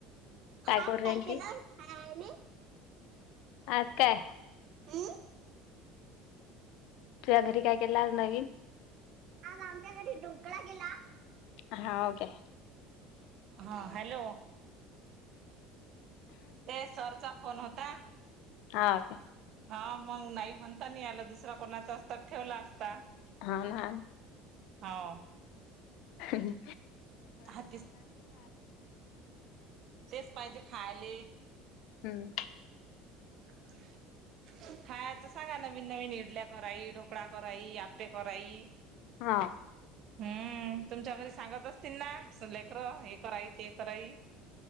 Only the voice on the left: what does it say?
करू
राहिलती?
आज काय?
तुझ्या घरी काय केल आज नवीन?
हाव काय?
हा काय.
हाव ना.
हम्
हम्म.
हा.